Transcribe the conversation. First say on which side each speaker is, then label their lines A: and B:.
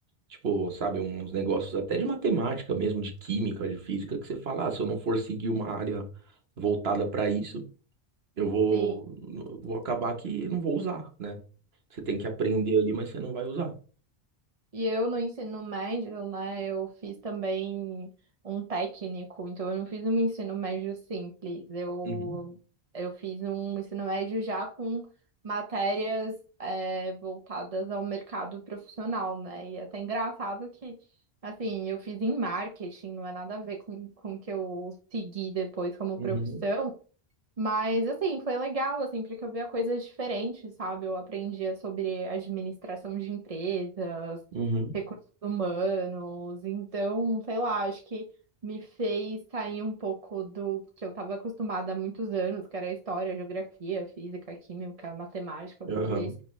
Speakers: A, on the right (about 70°); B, on the right (about 40°).
A: Tipo, sabe, uns negócios até de matemática mesmo, de química, de física, que você fala, ah, se eu não for seguir uma área voltada pra isso Eu vou,
B: sim.
A: eu vou acabar que não vou usar, né? Você tem que aprender ali, mas você não vai usar.
B: E eu no ensino médio, né, eu fiz também um técnico, então eu não fiz um ensino médio simples, eu,
A: Uhum,
B: eu fiz um ensino médio já com matérias é, voltadas ao mercado profissional, né? E é até engraçado que, assim, eu fiz em marketing, não é nada a ver com, com o que eu segui depois como
A: uhum,
B: profissão, mas, assim, foi legal, assim, porque eu via coisas diferentes, sabe? Eu aprendia sobre administração de empresas,
A: uhum,
B: recursos humanos. Então, sei lá, acho que me fez sair um pouco do que eu estava acostumada há muitos anos, que era história, geografia, física, química, matemática, português.
A: aham.